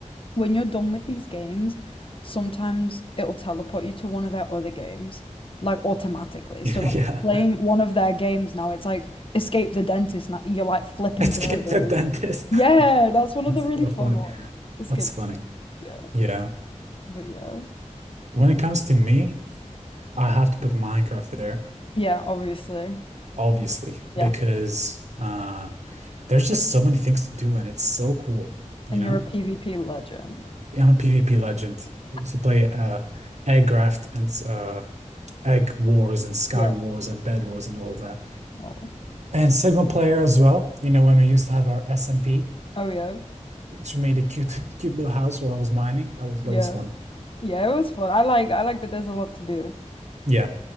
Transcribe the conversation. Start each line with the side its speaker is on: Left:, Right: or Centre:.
Left: when you're done with these games, sometimes it'll teleport you to one of their other games, like automatically.
Right: <laughs>
Left: So, like, you're
Right: yeah.
Left: playing one of their games now, it's like Escape the Dentist. Now you're like flipping
Right: Escape
Left: burgers.
Right: the dentist.
Left: Yeah,
Right: <laughs>
Left: that's one of
Right: That's
Left: the really
Right: so
Left: fun
Right: funny.
Left: ones. Escape
Right: That's funny.
Left: the Dentist. Yeah,
Right: Yeah.
Left: but yeah,
Right: When it comes to me, I have to put Minecraft there,
Left: yeah, obviously,
Right: obviously,
Left: yeah.
Right: because uh, there's just so many things to do, and it's so cool. You
Left: And
Right: know.
Left: you're a PvP legend.
Right: I'm a PvP legend.
Left: <laughs>
Right: I used to play uh, Aggraft and uh, Egg Wars and Sky
Left: Yeah.
Right: Wars and Bed Wars and all of that.
Left: Oh,
Right: And single player as well. You know, when we used to have our SMP,
Left: oh yeah.
Right: which made a cute, <laughs> cute little house while I was mining. That was that
Left: Yeah.
Right: was fun.
Left: Yeah, it was fun. I like I like that there's a lot to do.
Right: Yeah.